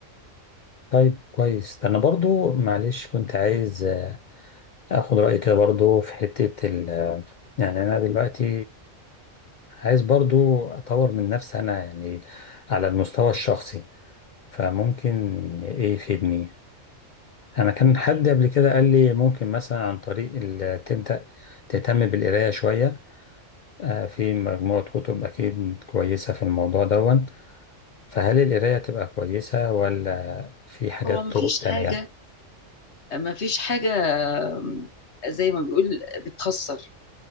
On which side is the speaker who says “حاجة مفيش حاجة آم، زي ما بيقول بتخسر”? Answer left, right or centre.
Left